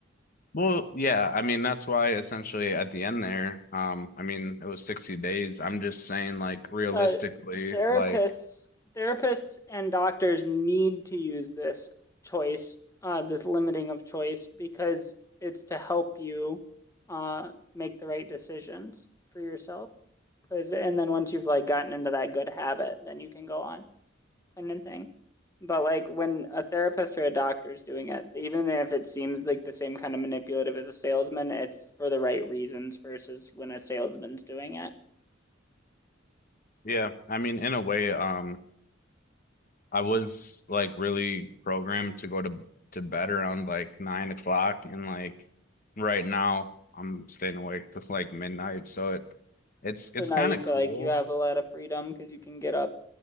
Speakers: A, on the left (about 45°); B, on the left (about 15°).
A: Well, yeah, I mean that's why essentially at the end there, um, I mean it was 60 days. I'm just saying like realistically,
B: So therapists,
A: like
B: therapists and doctors need to use this choice, uh, this limiting of choice, because it's to help you uh, make the right decisions for yourself. Because, and then once you've like gotten into that good habit, then you can go on independent thing. But like when a therapist or a doctor is doing it, even if it seems like the same kind of manipulative as a salesman, it's for the right reasons versus when a salesman's doing it.
A: yeah, I mean in a way, um, I was like really programmed to go to to bed around like nine o'clock, and like right now I'm staying awake to like midnight, so it it's
B: So
A: it's
B: now
A: kind
B: you
A: of
B: feel
A: cool.
B: like you have a lot of freedom because you can get up